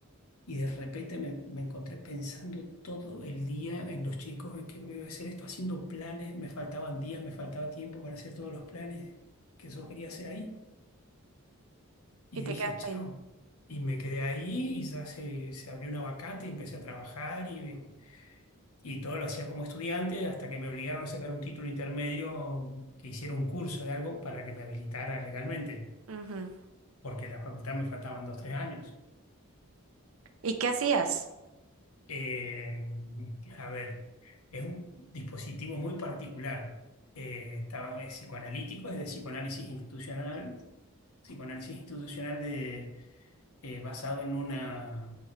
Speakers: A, on the left (about 80°); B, on the right (about 70°).
A: Y de repente me, me encontré pensando todo el día en los chicos, en qué voy a hacer esto, haciendo planes, me faltaban días, me faltaba tiempo para hacer todos los planes que yo quería hacer ahí. Y
B: Y te
A: dije,
B: quedas
A: chao.
B: ahí.
A: Y me quedé ahí y ya se, se abrió una vacante y empecé a trabajar y, y todo lo hacía como estudiante hasta que me obligaron a sacar un título intermedio que hiciera un curso de algo para que me habilitara legalmente,
B: Ujú.
A: porque en la facultad me faltaban dos, tres años.
B: ¿Y qué hacías?
A: Eh, a ver, es un dispositivo muy particular. Eh, está- es psicoanalítico, es de psicoanálisis institucional, psicoanálisis institucional de, eh, basado en una